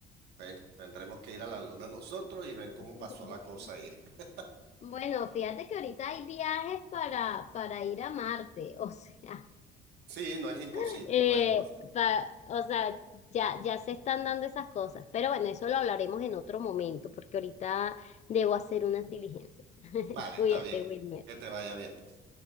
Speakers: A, on the right (about 75°); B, on the left (about 40°).
A: Bueno, tendremos que ir a la luna nosotros y ver cómo
B: <laughs>
A: pasó la cosa ahí. <laughs>
B: Bueno, fíjate que ahorita hay viajes para, para ir a Marte, o sea,
A: Sí, no es imposible,
B: <laughs> eh,
A: no es imposible.
B: pa- o sea, ya, ya se están dando esas cosas, pero bueno, eso lo hablaremos en otro momento, porque ahorita debo hacer unas diligencias. <laughs>
A: Vale,
B: Cuídate,
A: está bien.
B: Wilmer.
A: Que te vaya bien, pues.